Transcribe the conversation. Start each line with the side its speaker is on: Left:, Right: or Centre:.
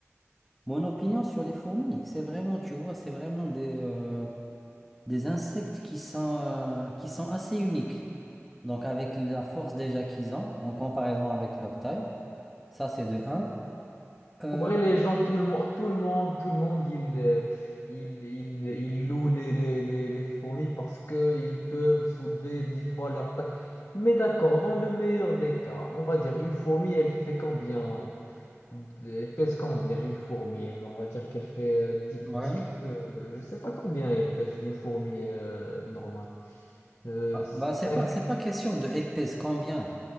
Centre: mon opinion sur les fourmis, c'est vraiment, tu vois, c'est vraiment des, euh, des insectes qui sont, euh, qui sont assez uniques. Donc, avec la force déjà qu'ils ont, en comparaison avec leur taille, ça c'est de un. Euh,
Left: En vrai, les gens, tout le monde, tout le monde, tout le monde, ils, euh, ils, ils, ils louent les, les, les, les fourmis parce qu'ils peuvent soulever dix fois leur taille. Mais d'accord, dans le meilleur des cas, on va dire une fourmi, elle fait combien? Elle pèse combien une fourmi? Elle- on va dire qu'elle fait euh, dix,
Centre: Ouais.
Left: 10, euh, je sais pas combien elle pèse une fourmi euh, normale. Euh,
Centre: bah, bah,
Left: 5.
Centre: c'est pas, c'est pas question de elles pèsent combien.